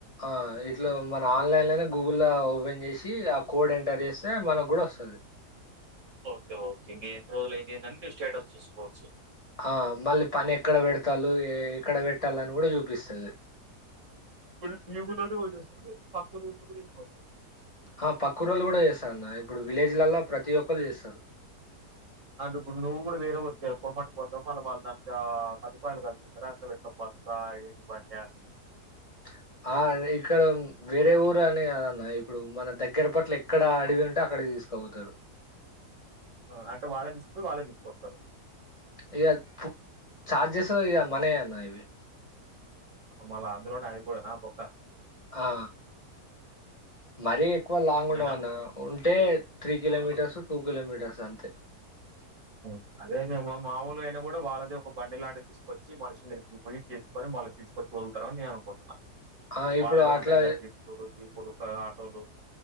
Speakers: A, on the left; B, on the right.
A: ఆ ఇట్ల మన ఆన్లైన్లోనే గూగుల్ లో ఓపెన్ చేసి ఆ కోడ్ ఎంటర్ చేస్ టే మనకు గుడ వస్తది
B: ఓకే ఓకే ఇంక ఏన్ని రోజులైంది ఎందని స్టేటస్ చూసుకోవచ్చు
A: ఆ మళ్ళీ పని ఎక్కడ పెడుతళ్లు ఏ ఎక్కడ బెట్టాలని గుడ చూపిస్తది <inaudible>
B: కొ ఈ ఊరిలోనే పోయి చేస్తారా లేకపోతే పక్క ఊరులో కూడా వెళ్ళిపోతారా
A: ఆ పక్క ఊర్లో కూడా చేస్తారన్న ఇప్పుడు విలేజిలల్లా ప్రతి ఒక్కళ్లు చేస్తారు
B: అంటె ఇప్ నువ్వు కూడా వేరే ఊరుక్ పోమంటే పోతావ మళ్ళ వాళ్ దానికా ఆ సదుపాయలు కల్పిస్తారా అంటు ఇట్ల ప సాహిత్ పటాన్
A: <inaudible> ఆ అదే ఇక్కడ మ్ వేరే ఊరు అనే గాదన్న ఇప్పుడు మన దగ్గర పట్ల ఎక్కడ అడివి ఉంటే అక్ అక్కడికి తీసుకపోతరు
B: మ్ అంటే వాళ్ళే తీసుకుపోయి వాళ్ళే తీసుకొస్తరు
A: ఇగ పు చార్జెస్ ఇగ మనయే అన్న ఇవి
B: మళ్ళ అందులోనే అయిపోయానా బొక్క
A: ఆ మరి ఏక్ ఎక్కువ లాంగ్ ఉండదన్న
B: నేను అను
A: ఉంటే త్రీ కిలోమీటర్స్
B: ఆ!
A: టూ కిలోమీటర్స్ అంతే
B: మ్ అదే అదే మా మాముూలు అయినా కూడా వాళ్ళది ఒక బండి లాంటిది తీసుకొచ్చి మనుషుని మీదికి పోయి తీసుకొని వాళ్ళు తీసుకొచ్చి తోళ్తారని నేను అనుకుంటున్నా
A: ఆ! ఇప్పుడు
B: వాళ్ళవే
A: అట్లా
B: ఉంటవి గద్ జిప్లు జీపులు క ఆటోలు